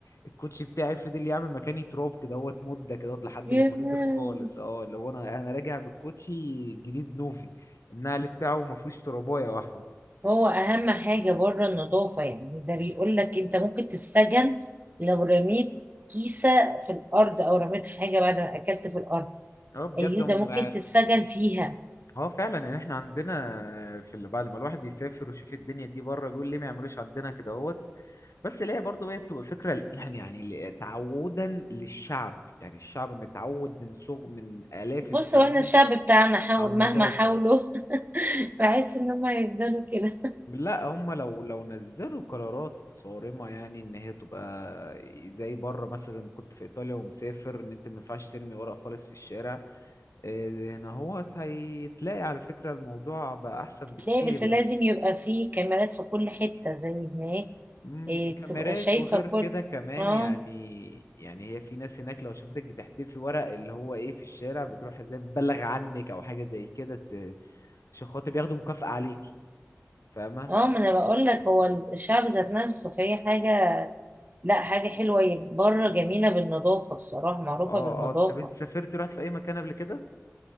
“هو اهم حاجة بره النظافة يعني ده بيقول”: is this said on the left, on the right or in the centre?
Right